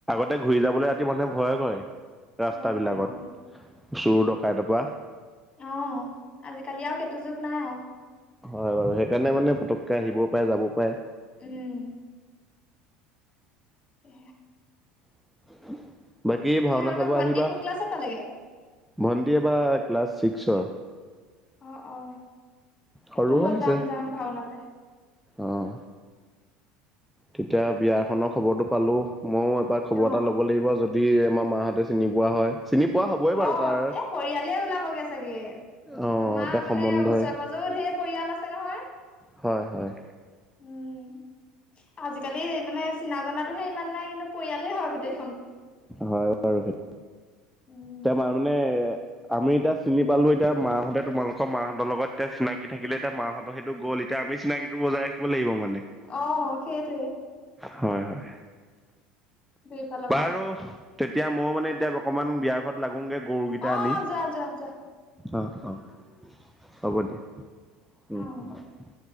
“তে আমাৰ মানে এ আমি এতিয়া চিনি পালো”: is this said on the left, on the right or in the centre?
Centre